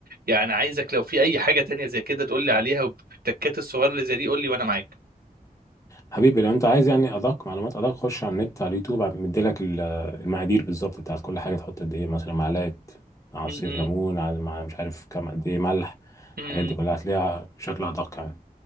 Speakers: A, on the right; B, on the left.
A: يعني عايزك لو في اي حاجه تانية زي كده تقول لي عليها والتكات الصغيره اللي زي دي قول لي وانا معاك
B: حبيبي لو انت عايز يعني ادق معلومات ادق خش على النت على اليوتيوب مديلك ال- المقادير بالظبط بتاعت كل حاجه تحط قد ايه مثلا معلقه عصير
A: م- م-
B: ليمون على مع مش عارف كام قد ايه ملح
A: م-
B: الحاجات دي كلها هتلاقيها بشكل ادق يعني